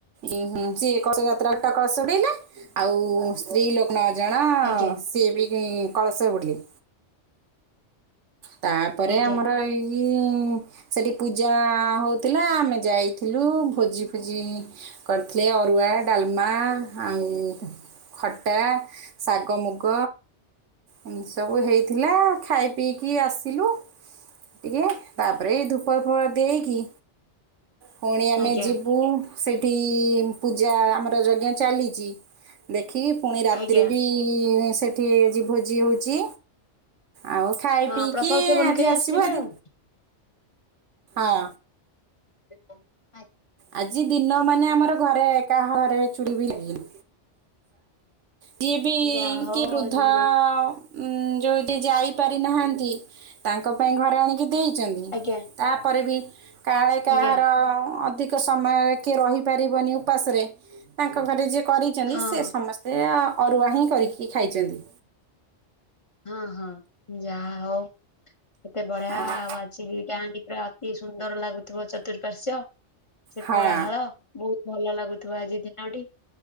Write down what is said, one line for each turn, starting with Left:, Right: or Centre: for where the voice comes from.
Right: ଇଁ ହିଁ ସିଏ କଳସ ଯାତ୍ରା ଆଟ ଟା କଳସ ବୁଡ଼େଇଲେ ଆଉ ସ୍ତ୍ରୀ ଲୋକ ନ ଜଣ
Left: ଆଜ୍ଞା
Right: ସିଏ ବି କଳସ ବୁଡ଼େଇଲେ। ତାପରେ
Left: ଆଜ୍ଞା
Right: ଆମର ଏଇ। କି ଉଁ ସେଠି ପୂଜା ହଉଥିଲା ଆମେ ଯାଇଥିଲୁ ଭୋଜି ଫୋଜି କରିଥିଲେ ଅରୁଆ ଡାଲମା ଆଉ। ଖଟା ଶାଗ ମୁଗ। ଏମିତି ସବୁ ହେଇଥିଲା ଖାଇ ପିଇକି ଆସିଲୁ। ଟିକେ ତାପରେ ଏଇ ଧୂପ ଫୁପ ଦେଇକି। ଫୁଣି ଆମେ
Left: ଆଜ୍ଞା
Right: ଯିବୁ ସେଠି। ପୂଜା ଆମର ଯଜ୍ଞ ଚାଲିଛି ଦେଖିକି ପୁଣି ରାତିରେ
Left: ଆଜ୍ଞା
Right: ବି ସେଠି ଆଜି ଭୋଜି ହଉଛି। ଆଉ ଖାଇ
Left: ହଁ
Right: ପିଇକି
Left: ପ୍ରସାଦ ସେବନ
Right: ଆଜି
Left: କରି
Right: ଆସିବୁ
Left: ଆସିବେ
Right: ଆଜି
Left: ଆଉ।
Right: ହଁ।
Left: ସେ କ <inaudible>
Right: ଆଜି ଦିନ ମାନେ ଆମର ଘରେ କାହା ଘରେ ଚୁୁଲି ବି ଲାଗିନି। ଯିଏ ବି
Left: ଯାହା ହଉ
Right: କି ବୃଦ୍ଧ
Left: ଆଜି
Right: ଉଁ। ଯଦି ଯାଇପାରି ନାହାଁନ୍ତି ତାଙ୍କ ପାଇଁ ଘରେ ଆଣିକି ଦେଇଛନ୍ତି
Left: ଆଜ୍ଞା
Right: ତାପରେ ବି। କାଳେ କାହାର।
Left: ଆଜ୍ଞା
Right: ଧିକ ସମୟ କିଏ ରହି ପାରିବନି ଉପାସରେ ତାଙ୍କ ଘରେ ଯିଏ। କରିଛନ୍ତି
Left: ହଁ।
Right: ସେ ସମସ୍ତେ ଅରୁଆ ହିଁ କରିକି ଖାଇଛନ୍ତି।
Left: ହଁ ହଁ ଯାହା ହଉ କେତେ ବଢିଆ।
Right: ଆଉ
Left: <unintelligible> ପୁରା ଅତି ସୁନ୍ଦର ଲାଗୁଥିବ ଚତୁଃପାର୍ଶ୍ଵ। ସେ
Right: ହଁ
Left: କୋଳାହାଳ। ବହୁତ ଭଲ ଲାଗୁଥିବ ଆଜି ଦିନଟି।